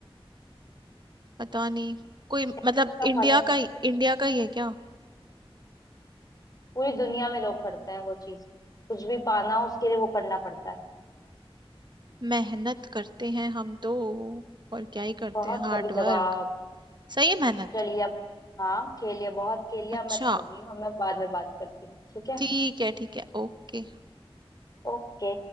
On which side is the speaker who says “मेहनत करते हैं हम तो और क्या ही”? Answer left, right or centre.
Right